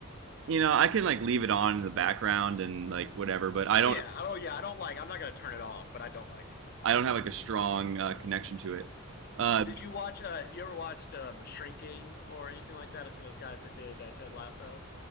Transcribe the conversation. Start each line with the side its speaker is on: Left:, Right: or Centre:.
Right: you know, I can like leave it on in the background and like whatever, but I
Left: Yeah.
Right: don't,
Left: Oh yeah. I don't like. I'm not gonna turn it off, but I don't like it.
Right: I don't have like a strong uh, connection to it. Uh,
Left: Did you watch? Uh, have you ever watched um, Shrinking or anything like that? I think those guys that did uh, Ted Lasso.